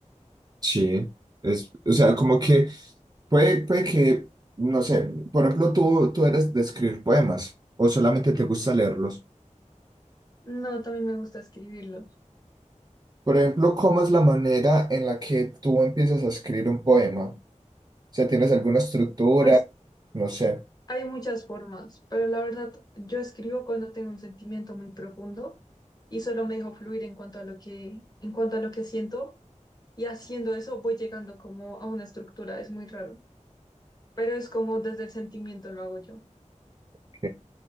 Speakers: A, on the right; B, on the left.
A: Sí, es, o sea, como que puede, puede que, no sé, por ejemplo, tú, tú eres de escribir poemas o solamente te gusta leerlos.
B: No, también me gusta escribirlo.
A: Por ejemplo, ¿cómo es la manera en la que tú empiezas a escribir un poema? O sea, ¿tienes alguna estructura?
B: Pues
A: No sé,
B: Hay muchas formas, pero la verdad, yo escribo cuando tengo un sentimiento muy profundo y solo me dejo fluir en cuanto a lo que, en cuanto a lo que siento y haciendo eso voy llegando como a una estructura, es muy raro, pero es como desde el sentimiento lo hago yo.
A: ok.